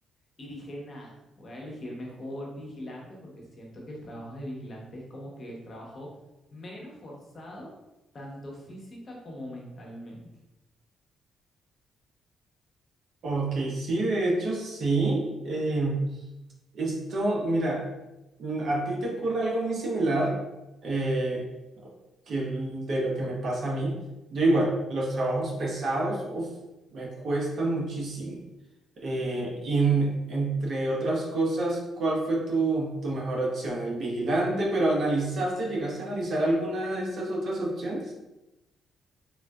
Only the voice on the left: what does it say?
Y dije, nada, voy a elegir mejor vigilante porque siento que el trabajo de vigilante es como que el trabajo menos forzado, tanto física como mentalmente.